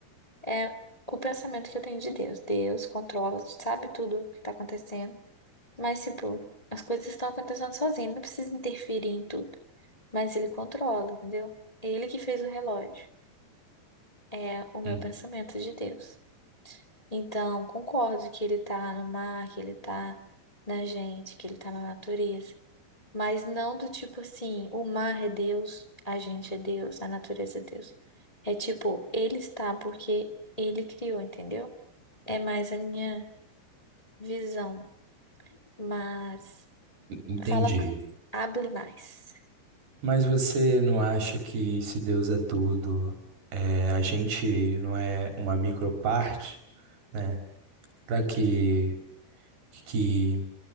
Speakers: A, on the left; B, on the right.
A: É o pensamento que eu tenho de Deus. Deus controla, sabe tudo o que está acontecendo, mas tipo, as coisas estão acontecendo sozinho, ele não precisa interferir em tudo, mas ele controla, entendeu? Ele que fez o relógio. É o meu
B: En-
A: pensamento de Deus. Então, concordo que ele tá no mar, que ele tá na gente, que ele tá na natureza. Mas não do tipo assim, o mar é Deus, a gente é Deus, a natureza é Deus. É tipo, ele está porque ele criou, entendeu? É mais a minha visão. Mas
B: Entendi.
A: fala mais, abre mais.
B: Mas você não acha que se Deus é tudo, é, a gente não é uma microparte, né? Para que que